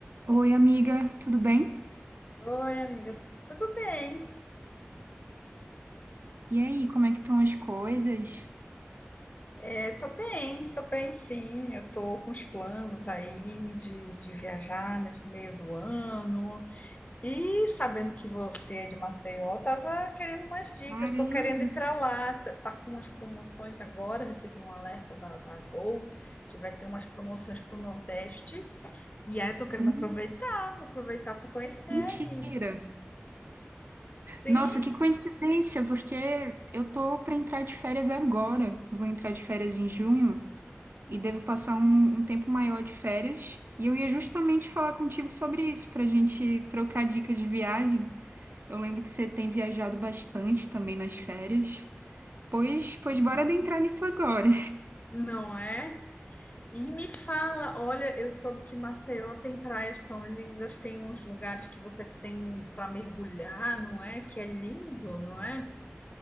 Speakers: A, on the right; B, on the left.
A: Oi, amiga, tudo bem?
B: Oi, amiga. Tudo bem?
A: E aí, como é que estão as coisas?
B: É, tô bem, tô bem, sim. Eu tô com os planos aí de, de viajar nesse meio do ano. E sabendo que você é de Maceió, eu tava querendo umas dicas.
A: Caramba,
B: Tô querendo ir para lá. Tá, tá com umas promoções agora. Recebi um alerta da, da Gol que vai ter umas promoções para o Nordeste. E aí eu tô querendo
A: Hum,
B: aproveitar, vou aproveitar para conhecer
A: Mentira!
B: aí. Sim,
A: Nossa, que coincidência, porque eu tô pra entrar de férias agora. Vou entrar de férias em junho e devo passar um, um tempo maior de férias. E eu ia justamente falar contigo sobre isso, pra gente trocar dicas de viagem. Eu lembro que você tem viajado bastante também nas férias. Pois,
B: sim.
A: pois bora adentrar nisso agora.
B: Não é? E me fala, olha, eu soube que Maceió tem praias tão lindas, tem uns lugares que você tem para mergulhar, não é? Que é lindo, não é?